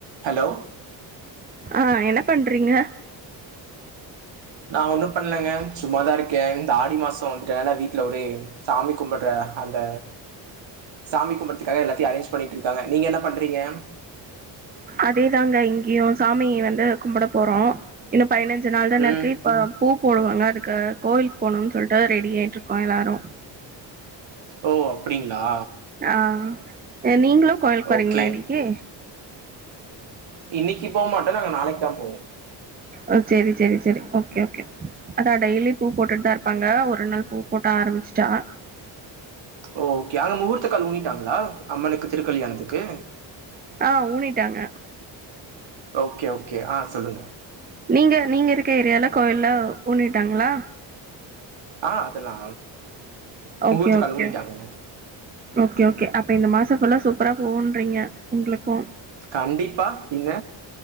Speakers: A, on the right (about 60°); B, on the right (about 20°).
A: Hello
B: ஆ என்ன பண்றீங்க
A: நா ஒன்னு பண்ணலங்க சும்மாத இருக்கே இந்த ஆடி மாசோ வந்துட்ட நால வீட்ல ஒரே சாமி கும்பட்ற அந்த சாமி கும்பறதுக்காக எல்லாத்தையு அரேஞ் பண்ணிட்ருக்காங்க நீங்க என்ன பண்றீங்க
B: அதே தாங்க இங்கேயு சாமிய வந்து கும்முட போறோ இன்னு பதினஞ்சு நாள் தானே
A: ம்.
B: இருக்கு இப்ப பூ போடுவாங்க அதுக்கு கோவிலுக்கு போனும்ன்னு சொல்லிட்டு ரெடி ஆயிட்டு இருக்கோ எல்லாரு
A: ஓ அப்டிங்களா
B: ஆ நீங்களு கோயிலுக்கு போறிங்கள
A: ஓகே.
B: இன்னிக்கி
A: இன்னிக்கி போ மாட்டோ நாங்க நாளைக்கு தா போவோ
B: ஓ செரி செரி செரி ஓகே ஓகே அதா டெய்லி பூ போட்டுட்டு தா இருப்பாங்க ஒரு நாள் பூ போட்ட ஆரம்பிச்சிட்டா
A: ஓ ஓகே அங்க முகூர்த்தக்கால் ஊனிட்டாங்களா அம்மனுக்கு திருக்கல்யாணத்துக்கு
B: ஆ ஊனிட்டாங்க
A: ஓகே ஓகே ஆ சொல்லுங்க
B: நீங்க நீங்க இருக்க ஏரியால கோயில ஊனிட்டாங்கள
A: ஆ அதெல்லா
B: ஓகே
A: முகூர்த்தகால்
B: ஓகே
A: ஊனிட்டாங்கங்க
B: ஓகே ஓகே அப்ப இந்த மாசோ ஃபுல்லா சூப்பரா போகுன்றீங்க உங்ளுக்கு
A: கண்டிப்பா பின்ன